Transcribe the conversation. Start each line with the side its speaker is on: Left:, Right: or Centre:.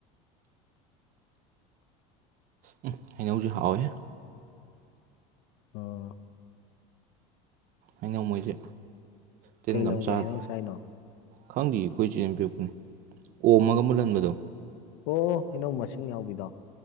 Right: ꯎꯝ ꯍꯩꯅꯧꯖꯦ ꯍꯥꯎꯋꯦ
Left: ꯑꯣ
Right: ꯑꯩꯅ ꯃꯣꯏꯁꯦ ꯇꯤꯟꯒꯝ
Left: ꯀꯩ ꯂꯝꯒꯤ
Right: ꯆꯥꯗꯦ
Left: ꯍꯩꯅꯧ ꯆꯥꯏꯅꯣ
Right: ꯈꯪꯗꯦ ꯑꯩꯈꯣꯏ ꯆꯦꯝꯕꯤꯤꯔꯛꯄꯅꯦ ꯑꯣ ꯑꯃꯒ ꯃꯨꯜꯍꯟꯕꯗꯣ
Left: ꯑꯣ ꯑꯩꯅꯧ ꯃꯁꯤꯡ ꯌꯥꯎꯕꯤꯗꯣ